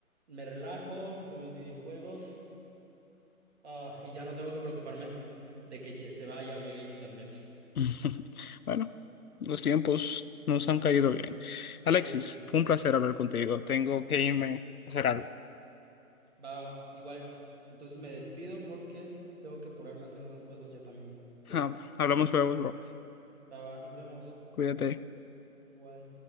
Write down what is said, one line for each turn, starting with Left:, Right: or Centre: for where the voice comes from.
Right: me relajo con mis videojuegos. Ah, y ya no tengo que preocuparme de que lle- se vaya o llegue el internet.
Left: <laughs> Bueno, los tiempos nos han caído bien.
Right: Sí,
Left: Alexis,
Right: sí.
Left: fue un placer hablar contigo. Tengo que irme a hacer algo.
Right: Va, va, va. Igual. Entonces me despido porque tengo que apurarme a hacer unas cosas ya también.
Left: Ah, Hablamos luego, bro.
Right: Va, va. Nos vemos.
Left: Cuídate.
Right: Igual.